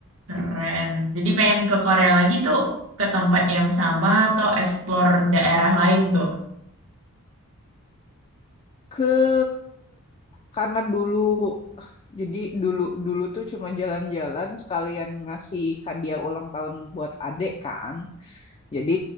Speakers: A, on the right (about 65°); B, on the left (about 25°).
A: Keren. Jadi pengen ke Korea lagi tuh ke tempat yang sama atau explore daerah lain tuh?
B: ke karena dulu jadi dulu dulu tuh cuma jalan-jalan sekalian ngasih hadiah ulang tahun buat adek kan. Jadi